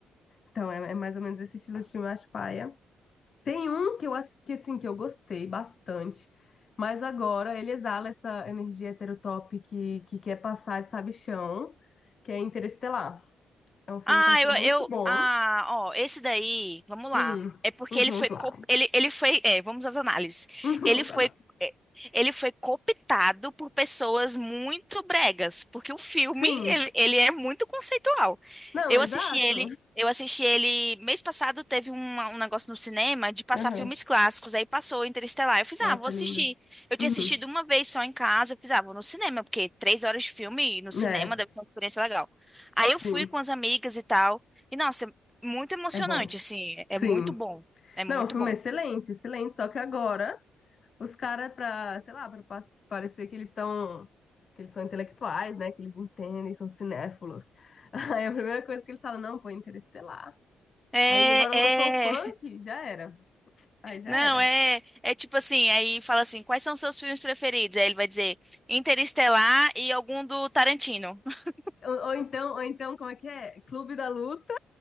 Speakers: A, on the left; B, in the centre.
A: Então, é, é mais ou menos esse estilo de filme, eu acho paia. Tem um que eu, ass- que, assim, que eu gostei bastante, mas agora ele exala essa energia heterotop que, que quer passar de sabichão, que é Interestelar. É um filme
B: Ah,
A: que eu achei
B: eu,
A: muito
B: eu,
A: bom.
B: ah, ó, esse daí, vamos lá.
A: Hum,
B: É porque
A: vamos
B: ele foi,
A: lá.
B: co- ele, ele foi, é, vamos às análises.
A: <laughs> Vamos
B: Ele foi,
A: lá.
B: é, ele foi cooptado por pessoas muito bregas, porque o filme,
A: Sim,
B: ele, ele é muito conceitual.
A: Não,
B: Eu
A: exato.
B: assisti ele, eu assisti ele, mês passado teve uma- um negócio no cinema de passar
A: Aham.
B: filmes clássicos, aí passou Interestelar. Eu fiz,
A: Nossa,
B: ah, vou assistir.
A: é lindo.
B: Eu tinha
A: Uhum.
B: assistido uma vez só em casa, eu fiz, ah, vou no cinema, porque três horas de filme no cinema
A: É,
B: deve ser uma experiência legal. Aí
A: sim,
B: eu fui com as amigas e tal. E, nossa, é muito emocionante,
A: é bom.
B: assim. É
A: Sim.
B: é muito bom. É muito
A: Não, o filme
B: bom.
A: é excelente, excelente. Só que agora os caras, pra, sei lá, pra pa- parecer que eles estão. Que eles são intelectuais, né? Que eles entendem, são cinéfilos. <laughs> Aí a primeira coisa que eles falam, não, pô, Interestelar.
B: É,
A: Aí agora
B: é.
A: lançou o funk,
B: <laughs>
A: já era. Aí já
B: Não,
A: era.
B: é. É tipo assim, aí fala assim, quais são os seus filmes preferidos? Aí ele vai dizer Interestelar e algum do Tarantino. <laughs>
A: Ou, ou então, ou então, como é que é? Clube da Luta